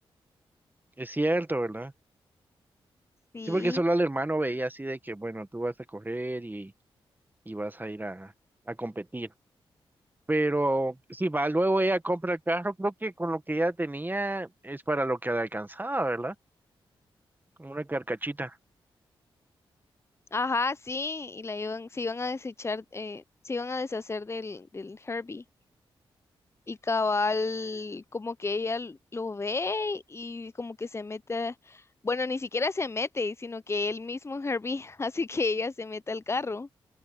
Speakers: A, on the right (about 20°); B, on the left (about 25°).
A: Es cierto, ¿verdad?
B: Sí,
A: Sí, porque solo al hermano veía así de que, bueno, tú vas a correr y, y vas a ir a, a competir. Pero sí, va, luego ella compra el carro, creo que con lo que ella tenía es para lo que le alcanzaba, ¿verdad? Como una carcachita.
B: ajá, sí, y la iban, se iban a desechar, eh, se iban a deshacer del, del Herbie. Y cabal, como que ella l- lo ve y como que se mete, bueno, ni siquiera se mete, sino que él mismo Herbie <laughs> hace que ella se meta al carro.